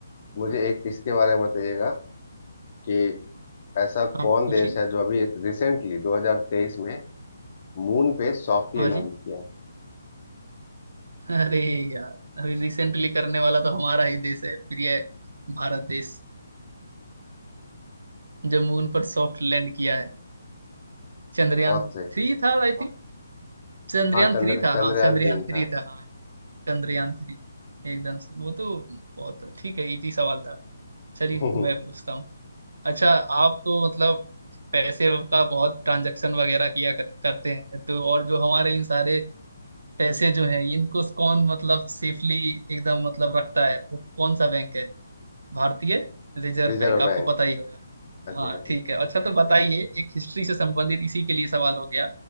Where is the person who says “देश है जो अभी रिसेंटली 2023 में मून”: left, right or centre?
Left